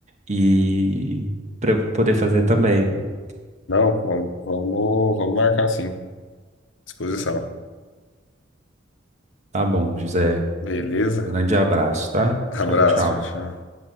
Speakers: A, on the right; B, on the left.
A: e para poder fazer também.
B: não, vamos, vamos, vamos marcar sim. Disposição.
A: Tá bom, José.
B: Beleza?
A: Um grande abraço, tá?
B: Abraço,
A: Tchau, tchau.
B: tchau, tchau.